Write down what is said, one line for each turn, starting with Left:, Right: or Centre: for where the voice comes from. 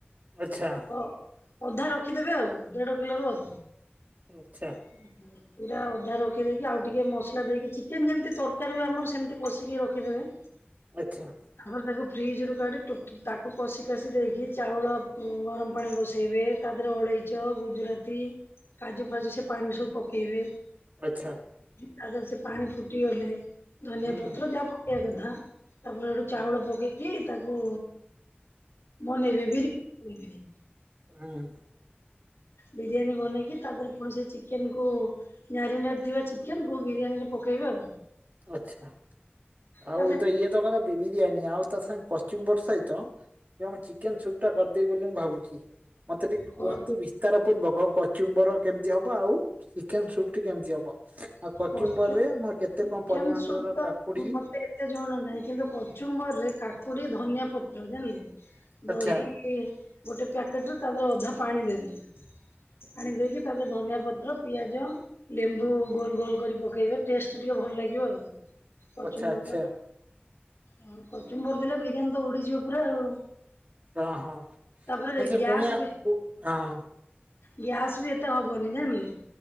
Right: ଆଚ୍ଛା।
Left: ଅ ଅଧା ରଖିଦେବେ ଆଉ ଦେଢ କିଲୋରୁ ଆଉ।
Right: ଆଚ୍ଛା।
Left: ହୁଁ ହୁଁ। ପୁରା ଅଧା ରଖି ଦେଇକି ଆଉ ଟିକେ ମସଲା ଦେଇକି ଚିକେନ ଯେମିତି ତରକାରୀ ବି ଆମର ସେମିତି କଷିକି ରଖିଦେବେ। <inaudible>
Right: ଆଚ୍ଛା।
Left: ତାପରେ ତାକୁ ଫ୍ରିଜରୁ କାଢି ଟୁ ତାକୁ କଷି କଷି ଦେଇକି ଚାଉଳ ଉଁ ଗରମ ପାଣି ବସେଇବେ। ତା ଦେହରେ ଅଳେଇଚ ଗୁଜୁରାତି କାଜୁ ଫାଜୁ ସେ ପାଣିରେ ସବୁ ପକେଇବେ।
Right: ଆଚ୍ଛା।
Left: ତାପରେ ସେ ପାଣି ଫୁଟିଗଲେ ଧନିଆ
Right: ହୁଁ
Left: ପତ୍ର ଯାହା ପକେଇବା କଥା। ତାପରେ ଗୋଟେ
Right: ହୁଁ
Left: ଚାଉଳ ପକେଇକି ତାକୁ ବନେଇବେ ବି <unintelligible>
Right: ଉଁହୁଁ।
Left: ବିରିୟାନୀ ବନେଇକି ତାକୁ ପୁଣି ସେଇ ଚିକେନକୁ ମ୍ୟାରିନେଟ୍ ଥିବା ଚିକେନକୁ ବିରିୟାନୀ ରେ ପକେଇବେ ଆଉ।
Right: ଆଛା
Left: ତାପରେ
Right: ଆଉ ଏ ତ ଇଏ ତ କଲେ ବିରିୟାନୀ ଆଉ ତା ସାଙ୍ଗେ କଚ ବର୍ ସହିତ ଏଇ ଆମ ଚିକେନ ସୁପ୍ ଟା କରିଦେବି ବୋଲି ମୁଁ ଭାବୁଛି। ମତେ ଟିକେ
Left: କ
Right: କୁହନ୍ତୁ ବିସ୍ତାର ପୂର୍ବକ କଚୁମ୍ବର କେମିତି ହବ ଆଉ ଚିକେନ ସୁପ୍ ଟି କେମିତି ହବ? ଆଉ କଚିମ୍ବର
Left: କଚୁ
Right: ରେ ମୋର କେତେ କଣ
Left: ଚିକେନ
Right: ପରିମାଣର
Left: ସୁପ୍ ତ
Right: କାକୁଡି
Left: <unintelligible> ଏତେ ଜଣ ନାହିଁ କିନ୍ତୁ କଚୁମ୍ବର ରେ କାକୁଡି, ଧନିଆ ପତ୍ର ଜାଣିଲେ।
Right: ଆଚ୍ଛା
Left: ଦହି ଗୋଟେ ପ୍ୟାକେଟରେ ତାପରେ ଅଧା ପାଣି ଦେବି। ପାଣି ଦେଇକି ତାପରେ ଧନିଆ ପତ୍ର, ପିଆଜ, ଲେମ୍ବୁ ଗୋଲ ଗୋଲ କରି ପକେଇବେ ଟେଷ୍ଟ ଟିକେ ଭଲ ଲାଗିବ ଆଉ କଚୁମ୍ବରର।
Right: ଆଚ୍ଛା ଆଚ୍ଛା
Left: ଆଉ କଚୁମ୍ବର ଦେଲେ ବିରିୟାନୀ ତ ଉଡ଼ିଯିବ ପୁରା ଆଉ।
Right: ତ ହଁ,
Left: ତାପରେ
Right: ଆ ସେ କୁଣିଆ
Left: ବି
Right: କୁ, ହଁ।
Left: ଗ୍ୟାସ ବି ଏତେ ହବନି ଜାଣିଲେ,